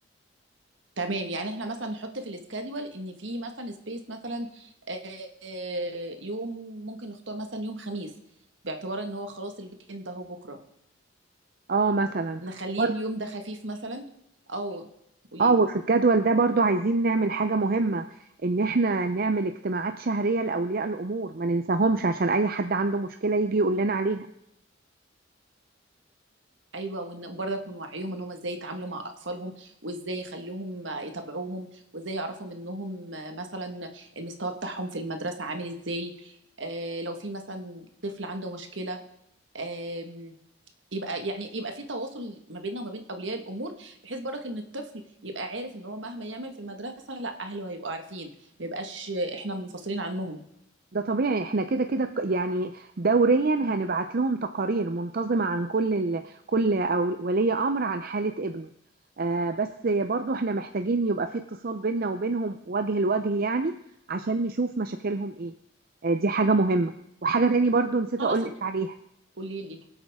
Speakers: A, on the right (about 75°); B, on the right (about 50°).
A: تمام يعني احنا مثلا نحط في السكادول ان في مثلا سبيس مثلا آه، آه، يوم ممكن نختار مثلا يوم خميس باعتبار ان هو خلاص الويك اند اهو بكره
B: اه مثلا
A: نخليه
B: وبرضه
A: اليوم ده خفيف مثلا او قولي
B: اه
A: لي
B: وفي الجدول ده برضو عايزين نعمل حاجة مهمة ان احنا نعمل اجتماعات شهرية لأولياء الأمور ما ننساهمش عشان اي حد عنده مشكلة يجي يقول لنا عليها
A: ايوه وان برضه يكون وعيهم ان هم ازاي يتعاملوا مع اطفالهم وازاي يخلوهم يتابعوهم وازاي يعرفوا منهم مثلا المستوى بتاعهم في المدرسه عامل ازاي آه لو في مثلا طفل عنده مشكله آم، يبقى يعني يبقى في تواصل ما بيننا وما بين اولياء الامور بحيث برضك ان الطفل يبقى عارف ان هو مهما يعمل في المدرسه لا اهله هيبقوا عارفين ما يبقاش احنا منفصلين عنهم
B: ده طبيعي احنا كده كده ك- يعني دوريا هنبعت لهم تقارير منتظمة عن كل ال... كل أو ولي أمر عن حالة ابنه آه بس برضو احنا محتاجين يبقى في اتصال بيننا وبينهم وجه لوجه يعني عشان نشوف مشاكلهم ايه آه دي حاجة مهمة وحاجة تاني برضو نسيت
A: خلاص
B: اقول لك عليها
A: قولي لي